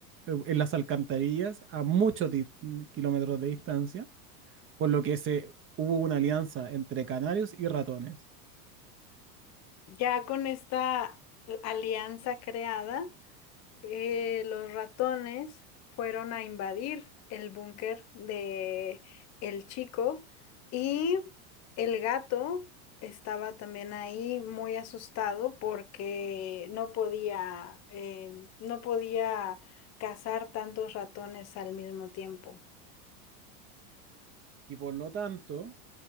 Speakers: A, on the right (about 30°); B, on the left (about 35°).
A: eh, en las alcantarillas a muchos di- kilómetros de distancia, por lo que se, hubo una alianza entre canarios y ratones.
B: ya con esta alianza creada, eh, los ratones fueron a invadir el búnker de el chico y el gato estaba también ahí muy asustado porque no podía, eh, no podía cazar tantos ratones al mismo tiempo.
A: Y por lo tanto,